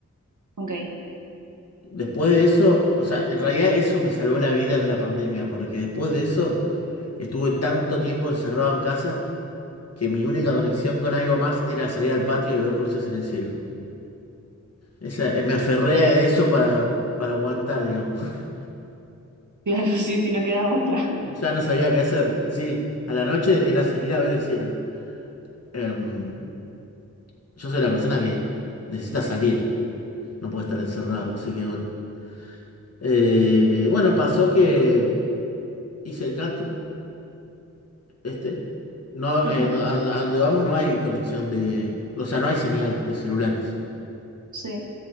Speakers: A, on the right (about 70°); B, on the left (about 50°).
A: Ok,
B: Después de eso, o sea, en realidad eso me salvó la vida en la pandemia, porque después de eso estuve tanto tiempo encerrado en casa que mi única conexión con algo más era salir al patio y ver luces en el cielo. Esa, eh, me aferré a eso para, para aguantar, digamos. <laughs>
A: claro, <laughs> sí, si no queda otra.
B: Ya no sabía qué hacer. Sí, a la noche era salir a ver el cielo. Em, Yo soy la persona que necesita salir, no puede estar encerrado, así que bueno. Eh, bueno, pasó que hice el canto, este. No,
A: Ajá,
B: eh, no- a, a donde vamos no hay conexión de, o sea, no hay señal de celulares,
A: sí,